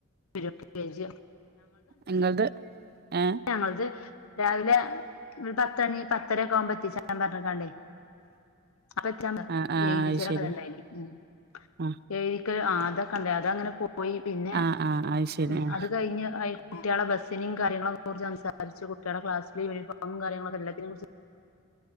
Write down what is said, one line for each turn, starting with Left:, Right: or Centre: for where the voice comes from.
Left: ഫൊക്ക കഴജിയോ
Right: നിങ്ങളത് ഏ
Left: ഞങ്ങത് രാവിലെ ഒരു പത്തണി പത്തരക്കെ ആവുമ്പോ എത്തി ചട്ടൻ പറഞ്ഞക്കല്ലേ അപ്പ എത്രാ
Right: ആ ആ
Left: എഴുതി
Right: അത്
Left: ചേരൊക്കെണ്ടായിന്
Right: ശരി ആ
Left: ആത കണ്ടേ അതങ്ങനെ പോയി പിന്നെ
Right: ആ ആ അത് ശരി
Left: ഉ
Right: ആ
Left: അത് കഴിഞ്ഞ് കുട്ടികളെ ബസ്സിനും കാര്യങ്ങളൊക്കെ ജോർജ്നസരിച്ച് കുട്ടികുടെ ക്ലാസസി വ ഒരു ഫോും കാര്യങ്ങളൊക്കെ എല്ലത്തിനെ കുുറിച്ച്